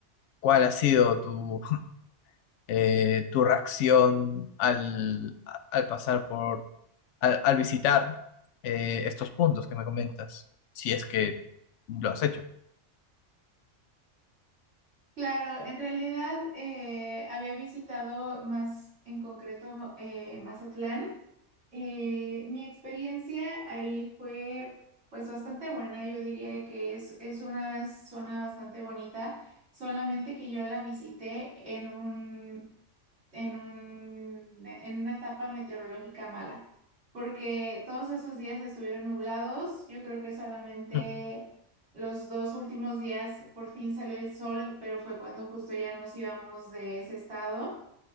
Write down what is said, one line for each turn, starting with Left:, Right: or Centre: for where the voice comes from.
Left: cuál ha sido tu, <laughs> eh, tu reacción al, a- al pasar por al, al visitar eh, estos puntos que me comentas, si es que lo has hecho.
Right: Claro, en realidad eh, había visitado más en concreto eh, Mazatlán. Eh, mi experiencia ahí fue pues bastante buena. Yo diría que es, es una zona bastante bonita, solamente que yo la visité en un en un, en una etapa meteorológica mala, porque todos esos días estuvieron nublados. Yo creo que solamente
Left: Mm.
Right: los dos últimos días por fin salió el sol, pero fue cuando justo ya nos íbamos de ese estado.